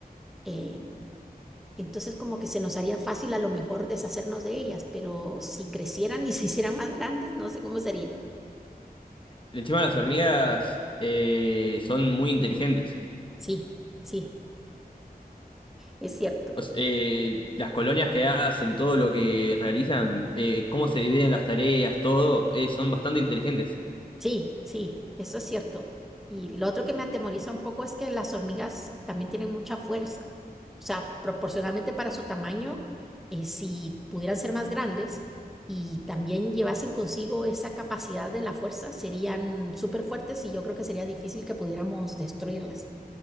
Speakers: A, in the centre; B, on the left.
A: eh, entonces como que se nos haría fácil a lo mejor deshacernos de ellas, pero si crecieran y <laughs> se hicieran más grandes, no sé cómo sería.
B: Encima las hormigas eh, son muy inteligentes.
A: Sí, sí, es cierto.
B: O s- eh, las colonias que hacen, todo lo que realizan, eh, cómo se dividen las tareas, todo, eh, son bastante inteligentes.
A: Sí, sí, eso es cierto. Y lo otro que me atemoriza un poco es que las hormigas también tienen mucha fuerza. O sea, proporcionalmente para su tamaño, eh, si pudieran ser más grandes y también llevasen consigo esa capacidad de la fuerza, serían súper fuertes y yo creo que sería difícil que pudiéramos destruirlas.